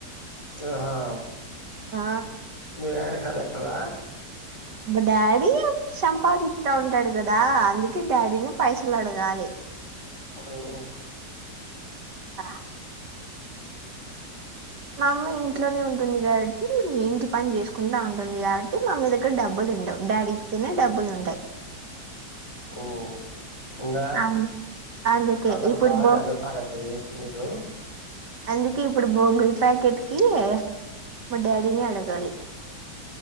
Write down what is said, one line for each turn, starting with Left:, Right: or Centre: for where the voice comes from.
Left: ఆహా
Right: ఆ
Left: మీ నాయన కలెక్టరా
Right: మా డాడీ సం పాదిస్తా ఉంటాడు కదా అందుకే డాడీని పైసలు అడగాలి
Left: హు
Right: ఆ మమ్మీ ఇంట్లోనే ఉంటుంది కాబట్టి ఇంటి పని చేసుకుంటా ఉంటుంది కా బట్టి మమ్మీ దగ్గర డబ్బులు ఉండవు డాడీ ఇస్తేనే డబ్బులు ఉంటాయి.
Left: ఓ ఇంగా
Right: అవును అందుకే
Left: కథలు
Right: ఇప్పుడు
Left: బానే
Right: బో
Left: అల్లుతారండి మీరు
Right: అందుకే ఇప్పుడు బొంగుల ప్యాకిట్ కి మా డాడీనే అడగాలి.